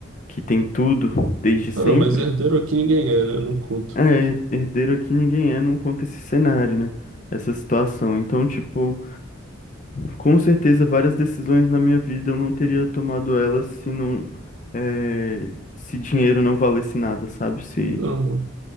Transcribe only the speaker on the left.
que tem tudo desde sempre,
é, herdeiro aqui ninguém é, não conta esse cenário, né? Essa situação. Então, tipo. Com certeza, várias decisões na minha vida eu não teria tomado elas se não, eh, se dinheiro não valesse nada, sabe? Se,